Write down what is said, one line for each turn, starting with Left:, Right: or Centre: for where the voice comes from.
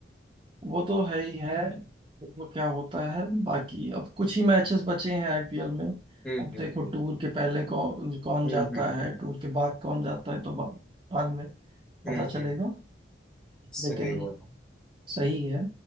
Right: वो तो है ही है वो क्या होता है बाकी अब कुछ ही मैचेस बचे हैं आईपीएल में
Centre: हम्म
Right: अब देखो
Centre: हम्म
Right: टूर के पहले कौन कौन
Centre: हम्म
Right: जाता
Centre: हम्म हम्म
Right: है टूर के बाद कौन जाता है तो बा, बाद में
Centre: हम्म
Right: पता चलेगा
Centre: हम्म, हम्म, सही
Right: लेकिन
Centre: बात
Right: सही है